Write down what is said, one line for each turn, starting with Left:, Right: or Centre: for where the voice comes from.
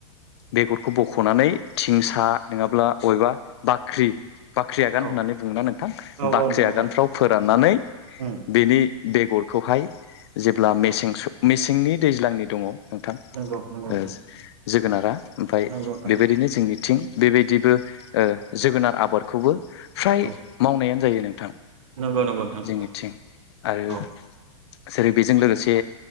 Left: बेगरखौ बख'नानै थिंसा नङाब्ला बबेबा बाख्रि बा गान
Right: औ
Left: होननानै बुङोना नोंथां
Right: औ
Left: बाख्रि
Right: नोंथां
Left: आगानफ्राव
Right: औ
Left: फोराननानै
Right: उम
Left: बिनि बेगरखौहाय जेब्ला
Right: औ
Left: मेसेंस मिस नि दैज्लांनि दङ। नोंथां
Right: नंगौ नंगौ नोंथां
Left: ओ जोगोनारा‌ ओमफ्राय
Right: नंगौ नोंथां
Left: बेबायदिनो जोंनिथिं बेबायदिबो ओ जोगोनार आबादखौबो फ्राय
Right: औ
Left: मावनायानो जायो नों नोंथां।
Right: नंगौ नंगौ नोंथां नंगौ
Left: जोंनिथिं आरो
Right: औ।
Left: जेरै बेजों लोगोसे।